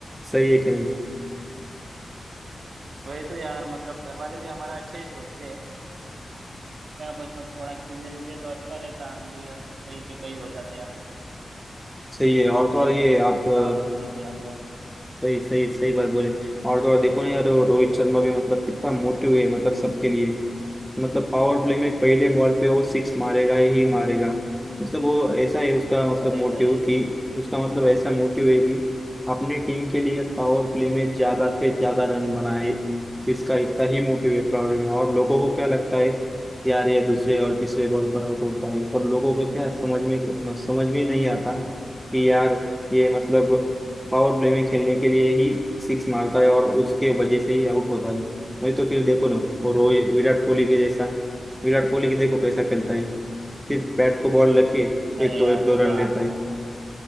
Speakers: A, in the centre; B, on the right.
A: सही है कि नहीं
B: वही तो यार मतलब घर वाले भी हमारा अच्छा ही सोचते हैं क्या बस अब थोड़ा खेलने देते तो अच्छा रहता हम भी अब कहीं के कहीं हो जाते यार
A: सही है और तो और ये
B: कहाँ
A: आप
B: से
A: अ,
B: कहाँ पहुंच जाते हम लोग
A: सही सही सही बात बोले और तो और देखो ना यार रोहित शर्मा भी मतलब कितना मोटिव है मतलब सबके लिए मतलब पावर प्ले में पहले बॉल पे वो सिक्स मारेगा ही मारेगा मतलब वो ऐसा है उसका मतलब
B: अरे
A: मोटिव
B: भाई
A: कि उसका मतलब ऐसा मोटिव है कि अपने टीम के लिए पावर प्ले में ज्यादा से ज्यादा रन बनाए इसका इतना ही मोटिव है पावर में और लोगों को क्या लगता है यार ये दूसरे और तीसरे बॉल पर आउट होता है पर लोगों को क्या समझ में मतलब समझ में नहीं आता कि यार ये मतलब पावर प्ले में खेलने के लिए ही सिक्स मारता है और उसके वजह से ही आउट होता है नहीं तो फिर देखो ना वो रोहित विराट कोहली के जैसा विराट कोहली के देखो कैसा खेलता है फिर बैट को बॉल लगे
B: अरे
A: एक दो
B: यार
A: एक दो
B: वो तो
A: रन
B: आ,
A: लेता है